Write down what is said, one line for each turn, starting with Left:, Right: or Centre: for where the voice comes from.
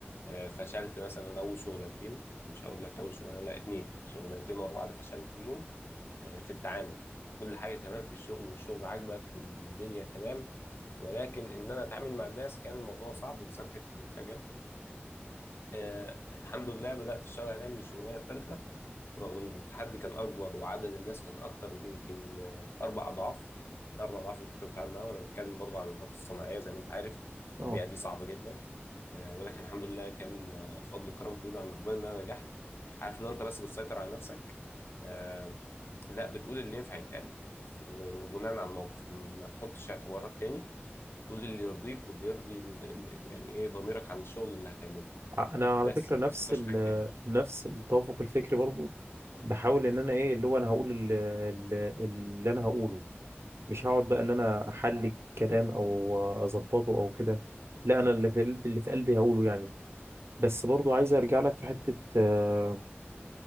Left: آه، فشلت مثلا اول شغلانتين مش هقول لك اول شغلانه لا اتنين شغلانتين ورا بعض فشلت فيهم آه، في التعامل كل حاجه تمام في الشغل والشغل عاجبك والدنيا تمام ولكن ان انا اتعامل مع الناس كان الموضوع صعب بسبب حته الخجل آه الحمد لله بدأت أشتغل عليها من الشغلانة الثالثة ورغم إن التحدي كان أكبر وعدد الناس كان أكتر يمكن آه أربع أضعاف أربع أضعاف اللي كنت بتعامل معاهم أنا بتكلم برضه عن الطاقة الصناعية زي ما أنت عارف
Right: اه
Left: البيئة دي صعبة جدا آه ولكن الحمد لله كان آه، فضل وكرم كبير عند ربنا إن أنا نجحت عارف لو أنت بس بتسيطر على نفسك آه لا بتقول اللي ينفع يتقال ف- بناء على الموقف ما تحطش اعتبارات تاني تقول اللي يرضيك واللي يرضي ال- ال- يعني إيه ضميرك عن الشغل اللي هتعمله
Right: انا على
Left: بس
Right: فكره نفس
Left: ما تفكرش
Right: ال
Left: في حاجة تاني
Right: نفس التوافق الفكري برضو بحاول ان انا ايه اللي هو انا هقول ال- ال- اللي انا هقوله مش هقعد بقى ان انا احلي الكلام او اظبطه او كده لا انا اللي في قلبي اللي في قلبي هقوله يعني بس برضو عايز ارجع لك في حته آه،